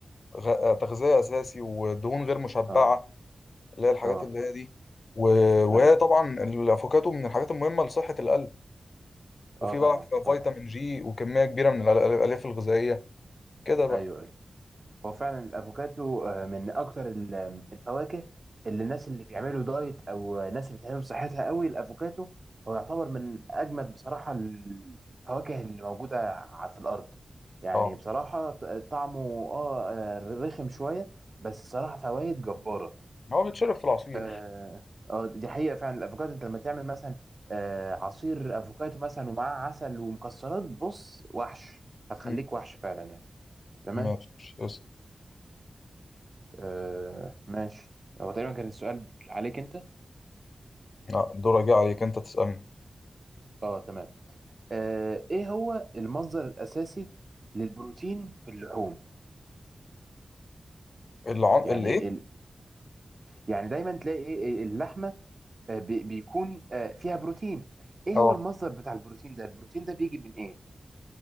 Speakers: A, on the left; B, on the right.
A: غ- آه، تغذية أساسي ودهون غير مشبعة
B: اه
A: اللي هي الحاجات
B: اه
A: اللي هي دي و... وهي
B: ايوه
A: طبعا الافوكاتو من الحاجات المهمه لصحه القلب وفي
B: اه طبعا
A: بقى
B: طبعا
A: فيتامين جي وكميه كبيره من الأل- الالياف الغذائيه كده بقى
B: ايوه ايوه هو فعلا الافوكاتو آه، من اكتر ال- الفواكه اللي الناس اللي بيعملوا دايت او ناس اللي بتهتم بصحتها قوي الافوكاتو هو يعتبر من اجمد بصراحه الفواكه اللي موجوده ع- في الارض يعني
A: اه
B: بصراحه ط- طعمه اه آه، رخم شويه بس صراحه فوائد جباره
A: هو بيتشرب في العصير
B: اه آه، دي حقيقه فعلا الافوكاتو انت لما تعمل مثلا آه، عصير افوكاتو مثلا ومعاه عسل ومكسرات بص وحش هتخليك
A: مم.
B: وحش فعلا يعني تمام
A: ماشي اسأل.
B: آه ماشي هو تقريبا كان السؤال عليك انت
A: لا الدور جه عليك انت تسالني
B: اه تمام آه ايه هو المصدر الاساسي للبروتين في اللحوم
A: العن...
B: يعني
A: الايه
B: ال... يعني دايما تلاقي ايه إيه، اللحمه آه بي... بيكون آه فيها بروتين ايه
A: اه
B: هو المصدر بتاع البروتين ده البروتين ده بيجي من ايه